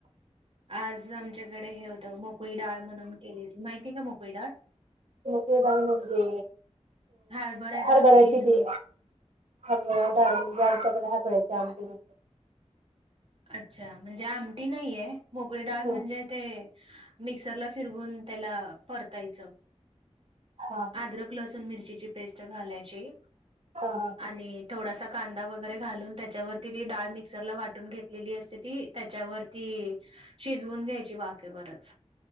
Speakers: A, on the right; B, on the right.
A: आज आमच्याकडे हे होतं मोकळी डाळ म्हणून केलीली माहितीय आहे का मोकळी डाळ
B: मोकळी डाळ म्हणजे
A: हरभरा डाळ
B: हरबरायची
A: भिजवून
B: बी हरभरा डाळ म्हणजे आमच्याकडे हरभराची आमटी म्हणतात
A: अच्छा म्हणजे आमटी नाहीये मोकळी डाळ
B: ह
A: म्हणजे ते मिक्सरला फिरवून त्याला परतायचं
B: हा हा.
A: अद्रक लसूण मिरचीची पेस्ट घालायची
B: हा हा
A: आणि थोडासा कांदा वगैरे घालून त्याच्यावरती ती डाळ मिक्सरला वाटून घेतलेली असते ती त्याच्यावरती शिजवून घ्यायची वाफेवरच